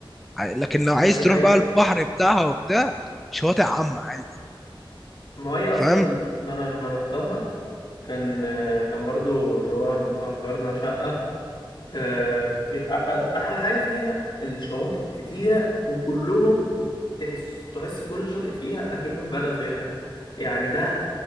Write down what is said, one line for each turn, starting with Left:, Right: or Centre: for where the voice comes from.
Centre: ع- لكن لو عايز
Left: ما دي
Centre: تروح
Left: حقيقة
Centre: بقى البحر بتاعها وبتاع شواطئ عامة عادي
Left: ما هي اصلا
Centre: فاهم
Left: ما انا لما روحتها كان كان برضو اللي هو مأجرنا شقة آه، آه، آه، احلى حاجه فيها الشواطئ كتيره وكلهم تحس تحس كل شاطئ فيها اكنه في بلد غيرها يعني ده